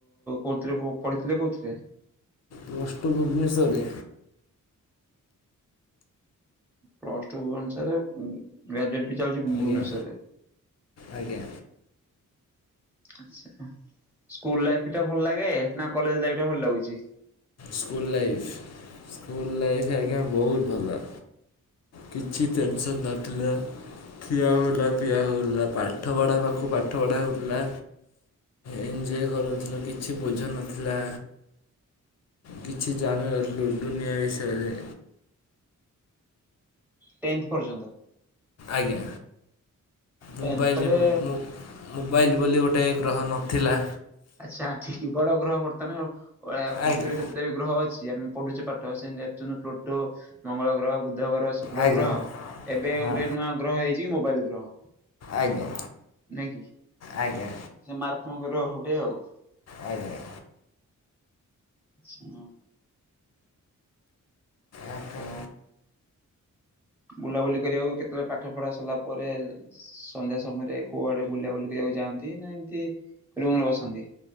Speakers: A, in the centre; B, on the left.
A: କୋଉଥିରେ ପଢ଼ିଥିଲେ କଉଥିରେ?
B: ପ୍ଲସ୍ ଟୁ ଭୁବନେଶ୍ଵରରେ।
A: ପ୍ଲସ୍ ଟୁ ଭୁବନଶୋର ରେ ଉଁ। ଗ୍ରାଜୁଏଟ ବି ଚାଲିୁଛି
B: ଆଜ୍ଞା
A: ଭୁବନେଶ୍ଵର ରେ।
B: ଆଜ୍ଞା
A: ଆଛା ସ୍କୁଲ ଲାଇଫ ଟା ଭଲ ଲାଗେ ନା କଲେଜ ଲାଇଫ ଟା ଭଲ ଲାଗୁଛି?
B: ସ୍କୁଲ ଲାଇଫ୍ ସ୍କୁଲ୍ ଲାଇଫ୍ ଆଜ୍ଞା ବହୁତ ଭଲ। କିଛି ଟେନସନ୍ ନଥିଲା। ଖିଆ ହଉଥିଲା ପିଆ ହଉଥିଲା ପାଠ ପଢା ପାଖକୁ ପାଠ ପଢ଼ା ହଉଥୀଲା। ଏଞ୍ଜୟ କରୁଥିଲୁ କିଛି ବୋଝ ନଥିଲା। କିଛି ଜାଣୁ ନ ଥିଲୁ ଦୁନିଆ ବିଷୟରେ।
A: ଟେନ୍ଥ ପର୍ଯ୍ୟନ୍ତ।
B: ଆଜ୍ଞା ମୋବାଇଲ
A: ଟେନ୍ଥ ପରେ
B: ବୁ ମୁଁ ମୋବାଇଲ ବୋଲି ଗୋଟିଏ ଗ୍ରହ ନଥିଲା।
A: ଆଚ୍ଛା ଆଣ୍ଟି କି ବଡ ଗ୍ରହ ବର୍ତ୍ତମାନ ଆଉ ଓ‌ଆ ପୃଥିବୀରେ
B: ଆଜ୍ଞା
A: ଯେତେଟା ବି ଗ୍ରହ ଅଛି ଆମେ ପଢୁଛେ ପାଠ, ସେ ନେପଚୁନ, ପ୍ଲୁଟୋ, ମଙ୍ଗଳ ଗ୍ରହ, ବୁଦ୍ଧ ଗ୍ରହ, ଶୁ ଶୁକ୍ର
B: ଆଜ୍ଞା
A: ଗ୍ରହ, ଏବେ
B: ହଁ
A: ଗୋଟେ ନୂଆ ଗ୍ରହ ହେଇଛି ମୋବାଇଲ ଗ୍ରହ।
B: ଆଜ୍ଞା।
A: ନାଇଁ କି
B: ଆଜ୍ଞା
A: ସେ ମାରାତ୍ମ ଗ୍ରହ ଗୋଟେ ଆଉ।
B: ଆଜ୍ଞା।
A: ଶୁଣ
B: ଆପଣ
A: ହଁ। ବୁଲାବୁଲି କରିବାକୁ କେତେବେଳେ ପାଠ ପଢା ସରଲା ପରେ ସନ୍ଧ୍ୟା ସମୟରେ କୋଉଆଡେ ବୁଲାବୁଲି କରିବାକୁ ଯାଆନ୍ତି ନା ଏମତି ରୁମରେ ବସନ୍ତି?